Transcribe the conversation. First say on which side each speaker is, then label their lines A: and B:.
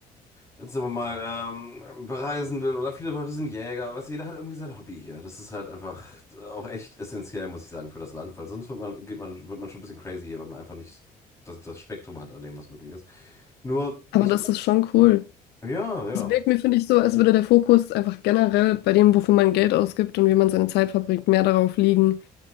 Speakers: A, on the left (about 15°); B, on the left (about 75°).
A: sagen wir mal, ähm, bereisen will oder viele Leute sind Jäger, was jeder hat irgendwie sein Hobby hier. Das ist halt einfach auch echt essentiell, muss ich sagen, für das Land, weil sonst wird man, geht man, wird man schon ein bisschen crazy hier, weil man einfach nicht das, das Spektrum hat an dem, was möglich ist. Nur,
B: Aber
A: ich,
B: das ist schon cool.
A: ja, ja,
B: Es wirkt mir, finde ich, so, als würde der Fokus einfach generell bei dem, wofür man Geld ausgibt und wie man seine Zeit verbringt, mehr darauf liegen,